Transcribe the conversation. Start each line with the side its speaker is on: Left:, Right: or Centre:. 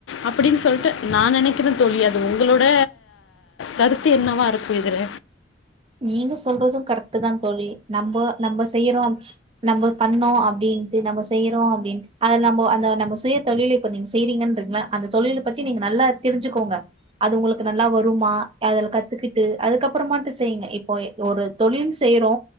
Left: அப்டின் சொல்ட்டு நா நெனைக்கறேந் தோழி அது உங்களோட கருத்து என்னவா இருக்கு இதுல
Right: நீங்க சொல்றது கரெக்ட்டுதா தோழி நம்போ நம்ப செய்யறோம் நம்ம பண்ணோ அப்டின்ட்டு நம்ம செய்யறோ அப்டின்ட்டு அதல நம்போ அந்த நம்ப சுயத் தொழிலுப் இப்ப நீங்க செய்றீங்கன்றீங்ளே அந்த தொழிலப் பத்தி நீங்க நல்லா தெரிஞ்சுகோங்க அது உங்குளுக்கு நல்லா வருமா அதுல கத்துகிட்டு அதுக்கப்பறமாட்டுச் செய்ங்க இப்போ எ ஒரு தொழில் செய்றோ